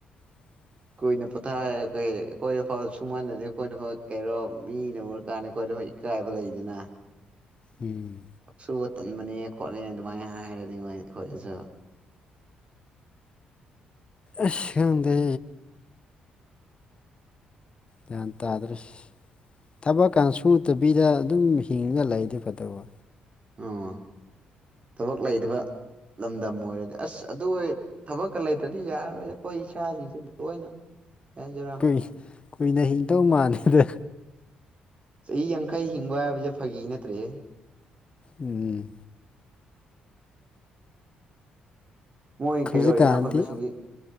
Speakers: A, on the left; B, on the right.
A: <inaudible>
B: ꯀꯨꯏꯅ ꯄꯣꯊꯥꯔꯒ ꯑꯩꯈꯣꯏꯗ ꯐꯥꯎ ꯁꯨꯃꯟꯟꯅꯗꯦ ꯑꯩꯈꯣꯏꯗ ꯐꯥꯎ ꯀꯩꯔꯣ ꯃꯤꯅ ꯎꯔꯀꯥꯟꯗ ꯑꯩꯈꯣꯏꯗ ꯐꯩ ꯀꯥꯏꯕ ꯂꯩꯗꯅ
A: ꯎꯝ
B: ꯁꯨ ꯇꯟꯕꯅꯦ ꯈꯣꯠꯂꯅꯦ ꯑꯗꯨꯃꯥꯏꯅ ꯍꯥꯏꯔꯅꯤ ꯃꯣꯏ ꯑꯩꯈꯣꯏꯗꯁꯨ
A: ꯢꯁ ꯈꯪꯗꯦ ꯒ꯭ꯌꯥꯟ ꯇꯥꯗ꯭ꯔꯦ ꯊꯕꯛꯀ ꯁꯨꯗꯕꯤꯗ ꯑꯗꯨꯝ ꯍꯤꯡꯉ ꯂꯩ ꯑꯗꯨ ꯐꯗꯧꯕ
B: ꯑꯣ ꯊꯕꯛ ꯂꯩꯇꯕ ꯂꯝꯗꯝ ꯑꯣꯏꯔꯗꯤ ꯑꯁ ꯑꯗꯨ ꯑꯣꯏ ꯊꯕꯛꯀ ꯂꯩꯇ꯭ꯔꯗꯤ ꯌꯥꯔꯣꯏ ꯑꯩꯈꯣꯏ ꯏꯁꯥꯁꯤꯡꯁꯦ ꯂꯣꯏꯅ ꯍꯥꯏꯖꯔ
A: ꯀꯨꯏ ꯀꯨꯏꯅ ꯍꯤꯡꯗꯧ ꯃꯥꯜꯂꯦꯗ
B: ꯆꯍꯤ ꯌꯥꯡꯈꯩ ꯍꯤꯡꯕ ꯍꯥꯏꯕꯁꯦ ꯐꯥꯒꯤ ꯅꯠꯇ꯭ꯔꯦ
A: ꯎꯝ
B: ꯃꯣꯏ
A: ꯍꯧꯖꯤꯛꯀꯥꯟꯗꯤ
B: ꯀꯩꯔꯣ ꯏꯅꯥꯛ ꯈꯣꯟꯕꯁꯤꯡꯒꯤ